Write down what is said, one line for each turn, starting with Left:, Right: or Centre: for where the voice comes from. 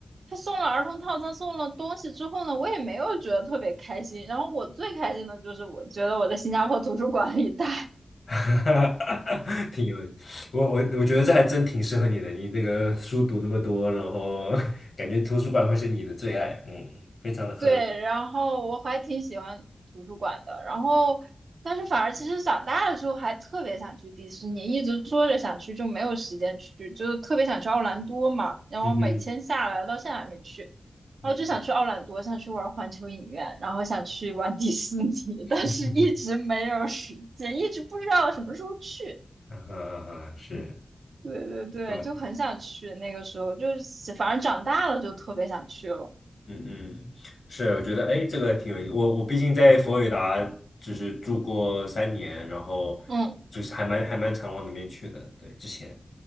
Right: 他送了儿童套餐，送了东西之后呢，我也没有觉得特别开心。然后我最开心的就是我觉得我在新加坡图书馆里待。
Left: <laughs> 挺有，我我我觉得这还真挺适合你的。你这个书读那么多，然后 <laughs> 感觉图书馆会是你的最爱，嗯，非常的合理。
Right: 对，然后我还挺喜欢图书馆的，然后但是反而其实长大了之后还特别想去迪士尼，一直说着想去，就没有时间去，就是特别想去奥兰多嘛，然后每天下来了到现在还没去，
Left: 嗯哼，嗯
Right: 然后就想去奥兰多，想去玩环球影院，然后想去玩迪士尼，
Left: <laughs>
Right: 但是一直没有时间，
Left: 嗯哼，
Right: 一直不知道什么时候去。
Left: 啊哈啊哈，是
Right: 对对对，
Left: 我，
Right: 就很想去，那个时候就是反正长大了就特别想去了。
Left: 嗯嗯，是，我觉得哎，这个挺有意思。我我毕竟在佛罗里达就是住过三年，然后就是还蛮还蛮常往那边去的，
Right: 嗯
Left: 对，之前。